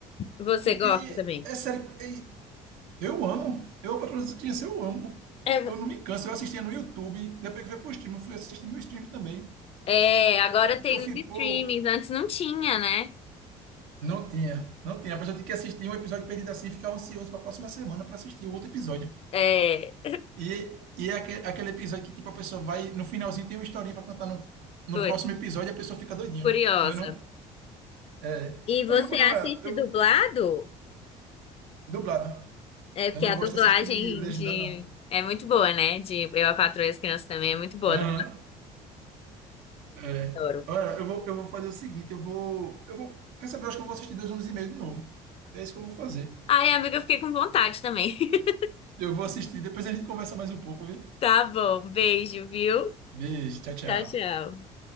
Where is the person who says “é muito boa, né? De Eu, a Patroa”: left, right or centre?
Left